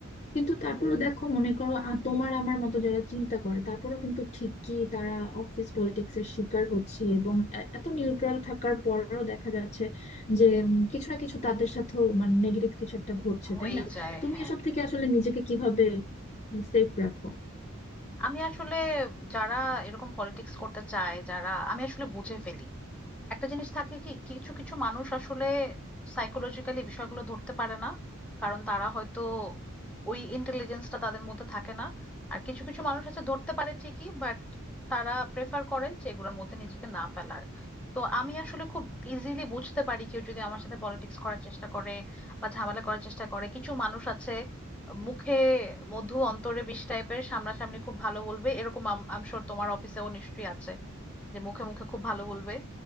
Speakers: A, on the left; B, in the centre.
A: কিন্তু তারপরও দেখো মনে করো আ- তোমার আমার মতো যারা চিন্তা করে তারপরও কিন্তু ঠিকই তারা অফিস পলিটিক্স এর শিকার হচ্ছে এবং এ- এত নিউট্রাল থাকার পরেও দেখা যাচ্ছে যে উম, কিছু না কিছু তাদের সাথেও মানে নেগেটিভ কিছু একটা ঘটছে
B: হয়েই
A: তাই না
B: যায়
A: তুমি
B: হ্যাঁ
A: এসব থেকে আসলে নিজেকে কিভাবে সেফ রাখো
B: আমি আসলে যারা এরকম পলিটিক্স করতে চায় যারা আমি আসলে বুঝে ফেলি একটা জিনিস থাকে কি কিছু কিছু মানুষ আসলে সাইকোলজিক্যালি বিষয়গুলো ধরতে পারে না কারণ তারা হয়তো ওই ইন্টেলিজেন্সটা তাদের মধ্যে থাকে না আর কিছু কিছু মানুষ আছে ধরতে পারে ঠিকই বাট তারা প্রেফার করে যে এগুলোর মধ্যে নিজেকে না ফেলার তো আমি আসলে খুব ইজিলি বুঝতে পারি কেউ যদি আমার সাথে পলিটিক্স করার চেষ্টা করে বা ঝামেলা করার চেষ্টা করে কিছু মানুষ আছে মুখে মধু অন্তরে বিষ টাইপের সামনাসামনি খুব ভালো বলবে এরকম আম শিওর তোমার অফিসেও নিশ্চয়ই আছে যে মুখে মুখে খুব ভালো বলবে